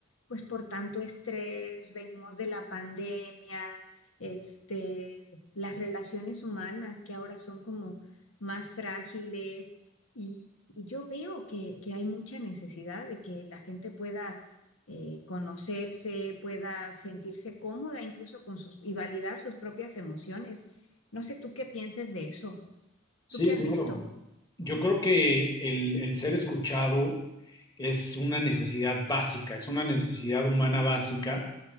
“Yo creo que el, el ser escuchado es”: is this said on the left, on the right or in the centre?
Left